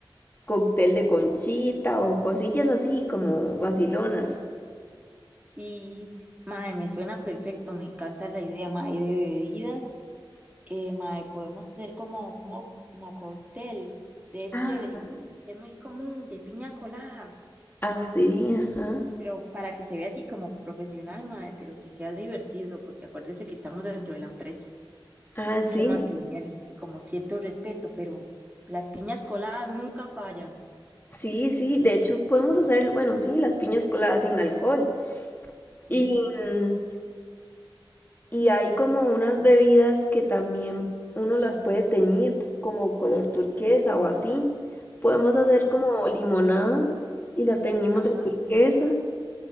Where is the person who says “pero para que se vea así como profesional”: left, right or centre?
Right